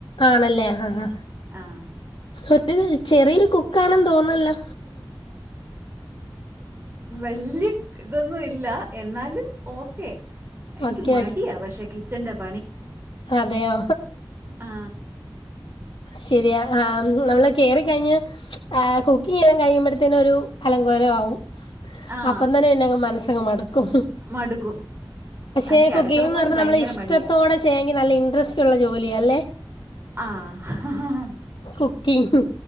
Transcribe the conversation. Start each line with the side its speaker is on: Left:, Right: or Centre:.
Left: ആണല്ലേ ആഹ്
Right: ആഹ്
Left: ഒരു ചെറിയൊരു കുക്കാണെന്ന് തോന്നല്ലോ
Right: വല്യ ഇതൊന്നും ഇല്ല എന്നാലും ഓക്കേ എനിക്ക്
Left: ഓക്കെ
Right: മടിയാ പക്ഷെ കിച്ചന്റെ പണി
Left: അതേയോ?
Right: ആ.
Left: ശരിയ ആഹ് നമ്മൾ കേറി ക്കഴിഞ ആഹ് കുക്കിങ് ചെയ്ത് കഴിയുമ്പോഴതിന് ഒരു അലങ്കോലമാവും
Right: ആ.
Left: അപ്പം തന്നെ പിന്നെങ് മനസ്സങ് മടുക്കും
Right: മടുക്കും.
Left: പക്ഷെ
Right: എനിക്ക്
Left: കുക്കിംന്ന്
Right: അടുക്കളപ്പണി
Left: പറഞ്ഞാ
Right: ഭയങ്കര
Left: നമ്മള ഇഷ്ടത്തോടെ
Right: മടിയാ.
Left: ചെയ്യാ ചെയ്യെങ്കി നല്ല ഇൻട്രസ്റ്റ്ള്ള ജോലിയ അല്ലേ?
Right: ആഹ്
Left: കുക്കിംഗ്